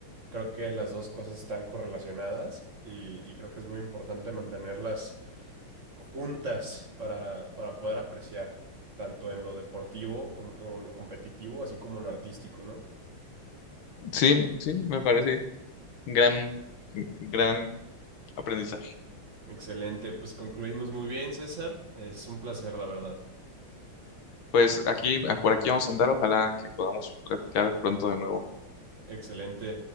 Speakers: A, on the right; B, on the left.
A: Creo que las dos cosas están correlacionadas y, y creo que es muy importante mantenerlas juntas para, para poder apreciar, tanto en lo deportivo como o lo competitivo, así como en lo artístico, ¿no?
B: Sí, sí, me parece gran, gran aprendizaje.
A: Excelente, pues concluimos muy bien, César. Es un placer, la verdad.
B: Pues aquí, por aquí vamos a andar, ojalá que podamos platicar pronto de nuevo.
A: Excelente.